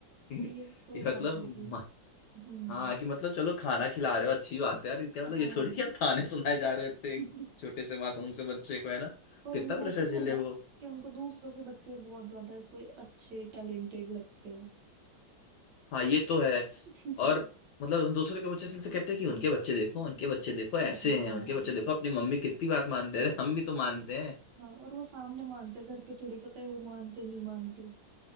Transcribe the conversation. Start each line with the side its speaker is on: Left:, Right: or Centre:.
Left: <laughs>
Right: ये तो
Left: ये मतलब
Right: हर घर की
Left: म-
Right: हम्म
Left: हाँ कि मतलब चलो खाना खिला रहे हो अच्छी बात है यार इसका मतलब
Right: हाँ
Left: ये थोड़ी कि आप ताने सुनाए जा रहे हो इतने एक
Right: <laughs>
Left: छोटे से मासूम से बच्चे को है ना
Right: पर
Left: कितना
Right: उनका
Left: प्रेशर
Right: ऐसा भी
Left: झेले
Right: है ना
Left: वो
Right: कि उनको दूसरों के बच्चे बहुत ज्यादा ऐसे अच्छे टैलेंटेड लगते हैं
Left: हाँ ये तो है
Right: <laughs>
Left: और मतलब दूसरे के बच्चे से तो कहते हैं कि उनके बच्चे देखो उनके बच्चे देखो ऐसे
Right: हाँ
Left: हैं उनके बच्चे देखो अपनी मम्मी कितनी बात मानते हैं हम भी तो मानते
Right: हाँ और वो सामने मानते हैं, घर पे थोड़ी पता है वो मानते नहीं मानते